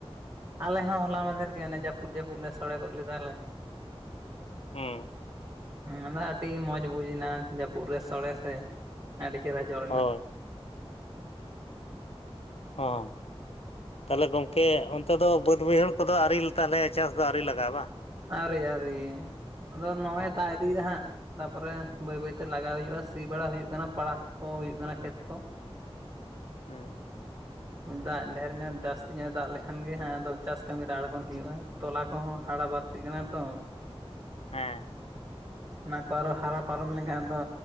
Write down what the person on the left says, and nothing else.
ᱦᱩᱸ᱾
ᱦᱳᱭ ᱦᱚᱸ᱾ ᱛᱟᱦᱚᱞᱮ ᱜᱚᱝᱠᱮ, ᱚᱱᱛᱮ ᱫᱚ ᱵᱟᱹᱫᱽ ᱵᱟᱹᱭᱦᱟᱹᱲ ᱠᱚᱫᱚ ᱟᱣᱨᱤ ᱛᱟᱦᱞᱮ ᱪᱟᱥ ᱫᱚ ᱟᱣᱨᱤ ᱞᱟᱜᱟᱜᱼᱟ ᱵᱟᱝ?
ᱦᱮᱸ
ᱦᱩᱸ᱾
ᱦᱮᱸ᱾